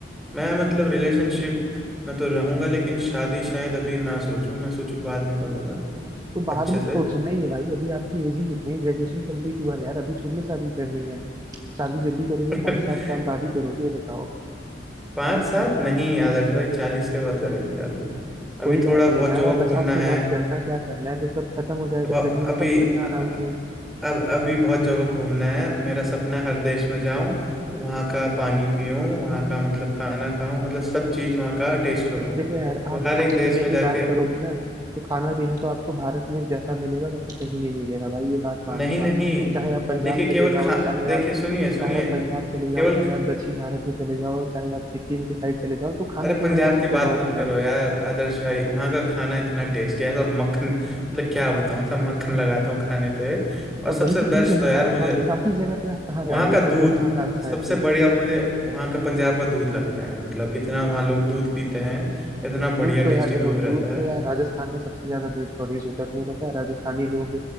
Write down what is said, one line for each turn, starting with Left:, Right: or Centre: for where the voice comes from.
Centre: मैं मतलब रिलेशनशिप में तो रहूंगा लेकिन शादी शायद अभी ना सोचूं मैं सोचूं बाद में करूंगा
Right: तो बाद
Centre: अच्छे
Right: में
Centre: से
Right: तो सोचना ही है भाई अभी आपकी एज ही कितनी है ग्रेजुएशन कंप्लीट हुआ है यार अभी थोड़ी ना शादी करनी है शादी जब भी करोगे
Centre: <laughs>
Right: पाँच सात साल बाद ही करोगे ये बताओ
Centre: पाँच सात नहीं आदर्श भाई चालीस के बाद करेंगे शादी अभी
Right: कोई बात
Centre: थोड़ा
Right: नहीं
Centre: बहुत
Right: यार
Centre: जगह
Right: आप
Centre: घूमना
Right: पचास की
Centre: है
Right: बात करना क्या करना है जब सब खत्म हो जाएगा
Centre: बहुत
Right: शरीर में
Centre: अभी
Right: तब करना
Centre: अ-
Right: आराम से
Centre: अब अभी बहुत जगह घूमना है मेरा सपना है हर देश में जाऊं वहाँ का पानी पीऊं वहाँ का मतलब खाना खाऊं मतलब सब चीज वहाँ का टेस्ट करूं
Right: देखो यार आप
Centre: तो हर
Right: खाने
Centre: एक देश
Right: पीने
Centre: में
Right: की
Centre: जाके
Right: बात करोगे ना तो खाना पीना तो आपको भारत में जैसा मिलेगा वैसा कहीं नहीं मिलेगा भाई ये बात मान
Centre: नहीं
Right: लो
Centre: नहीं
Right: आप चाहे आप पंजाब
Centre: देखिए केवल
Right: चले जाओ
Centre: खा
Right: चाहे
Centre: देखिए
Right: आप
Centre: सुनिए सुनिए
Right: चाहे आप पंजाब चले जाओ
Centre: केवल
Right: चाहे आप दक्षिण भारत में चले जाओ चाहे आप सिक्किम के साइड चले जाओ तो खाना
Centre: अरे
Right: पीना
Centre: पंजाब
Right: तो यहाँ
Centre: की
Right: पे
Centre: बात
Right: बहुत
Centre: मत
Right: है
Centre: करो यार आदर्श भाई वहाँ का खाना इतना टेस्टी है ऐसा मक्खन मतलब क्या बताऊँ ऐसा मक्खन लगाता हूँ खाने पे और
Right: तब
Centre: सबसे
Right: वही तो चीज
Centre: बेस्ट
Right: है ना
Centre: तो यार
Right: भाई
Centre: मुझे
Right: बाकी बाकी जगह पे आप कहाँ
Centre: वहाँ
Right: जा रहे
Centre: का
Right: हो फिर
Centre: दूध
Right: जब वहाँ का अच्छा
Centre: सबसे
Right: है तो
Centre: बढ़िया मुझे वहाँ का पंजाब का दूध लगता है मतलब इतना वहाँ लोग दूध पीते हैं इतना
Right: दूध
Centre: बढ़िया
Right: तो यार
Centre: टेस्टी
Right: देखो
Centre: दूध रहता
Right: दूध तो
Centre: है
Right: यार राजस्थान में सबसे ज्यादा दूध प्रोड्यूस होता है तुम्हें पता है राजस्थानी लोग